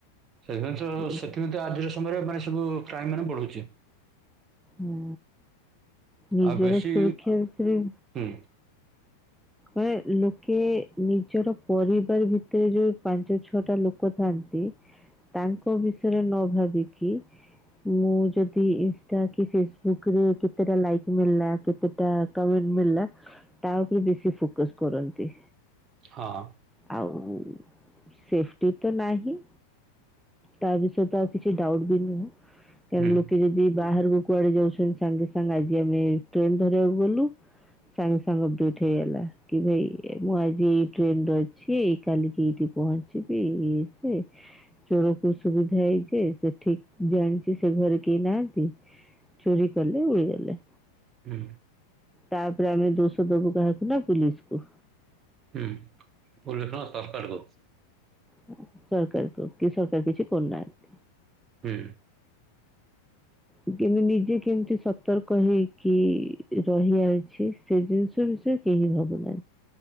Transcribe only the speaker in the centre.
ହୁଁ
ହୁଁ ନିଜର
ସୁରକ୍ଷା ବିଷୟରେ
<unintelligible> ଲୋକେ ନିଜର ପରିବାର ଭିତରେ ଯୋଉ ପାଞ୍ଚ ଛଅ ଟା ଲୋକ ଥାଆନ୍ତି ତାଙ୍କ ବିଷୟରେ ନ ଭାବିକି ମୁଁ ଯଦି ଇନଷ୍ଟା କି ଫେସବୁକ ରେ କେତେଟା ଲାଇକ୍ ମିଳିଲା କେତେ ଟା କମେଣ୍ଟ ମିଳିଲା ତା ଉପରେ ବେଶୀ ଫୋକସ କରନ୍ତି।
ଆଉ ସେଟିତ ନାହିଁ। ତାବିଷୟତ ଆଉ କିଛି ଡାଉଟୁବି ନୁହଁ କାରଣ
ଲୋକେ ଯଦି ବାହାରକୁ କୁଆଡ଼େ ଯାଉଛନ୍ତି ସାଙ୍ଗେ ସାଙ୍ଗେ ଆଜି ଆମେ ଟ୍ରେନ୍ ଧରିବାକୁ ଗଲୁ। ସାଙ୍ଗେ ସାଙ୍ଗ ଡୁଟ୍ ହେଇଗଲା। କିଭାଇ ମୁଆଜି ଏଇ ଟ୍ରେନରେ ଅଛି କାଲିକି ଏଇଠି ପହଞ୍ଚିବି ଇଏ ସିଏ ଚୋରକୁ ସୁବୁଥାଏଯେ ସେଠିକ୍ ଜାଣିଚି ସେଘରେ କେହି ନାହାନ୍ତି। ଚୋରି କଲେ ଉଡ଼ିଗଲେ।
ତାପରେ ଆମେ ଦୋଷ ଦବୁ କାହାକୁନା ପୁଲିସିକୁୁ।
ହୁଁ ସରକାର ଦୋଉ କିସରକାର କିଛି କରୁନାହାନ୍ତି।
<unintelligible> ନିଜେ କେମିତି ସତର୍କ ହେଇକି ରହିଆଛି ସେ ଜିନିଷ ବିଷୟ କେହି ଭାବୁନା